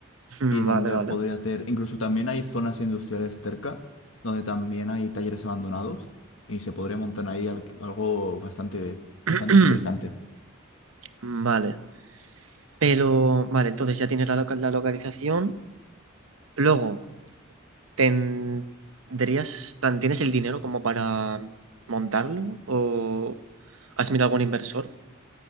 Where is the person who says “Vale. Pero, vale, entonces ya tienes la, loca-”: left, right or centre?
Right